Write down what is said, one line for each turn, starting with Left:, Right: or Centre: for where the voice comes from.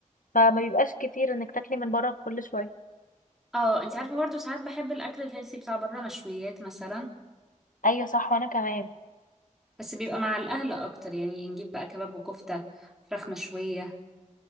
Left: فما بيبقاش كتير انك تاكلي من بره كل شويه
Centre: اه انتي عارفة برضه ساعات بحب الاكل الهيلثي بتاع بره مشويات مثلا
Left: ايوه صح وانا كمان
Centre: بس بيبقى مع الاهل اكتر يعني نجيب بقى كباب وكفتة فراخ مشوية